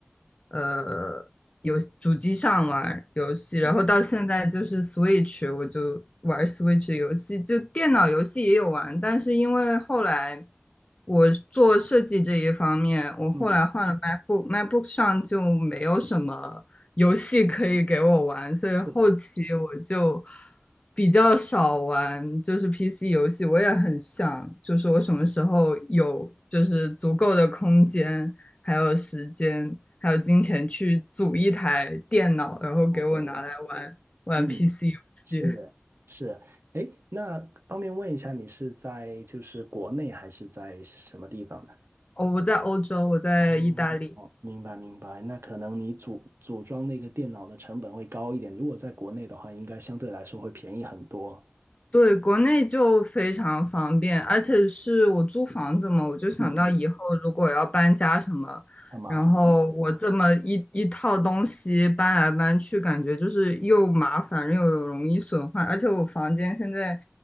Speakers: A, on the left; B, on the right.
A: 呃游主机上玩游戏，然后到现在就是
B: 对，
A: Switch，我就玩 Switch 游戏，就电脑游戏也有玩，但是因为后来我做设计这一方面，我后来换了
B: 嗯，
A: MacBook，MacBook 上就没有什么游戏可以给我玩，
B: 有
A: 所以后期我就
B: 是的，
A: 比较少玩，就是 PC 游戏，我也很想，就是我什么时候有就是足够的空间。还有时间，还有金钱去组一台电脑，然后给我拿来玩玩
B: 哦。嗯，
A: PC 游戏。
B: 是是，哎，那方便问一下，你是在就是国内还是在什么地方呢？
A: 哦，我在欧洲，我在意大利。
B: 哦哦，明白明白，那可能你组组装那个电脑的成本会高一点，如果在国内的话，应该相对来说会便宜很多。
A: 对，国内就非常方便，而且是我租房子嘛，我就想到以后如果要搬家什么，
B: 嗯嗯，很麻烦啊。
A: 然后我这么一一套东西搬来搬去，感觉就是又麻烦又容易损坏，而且我房间现在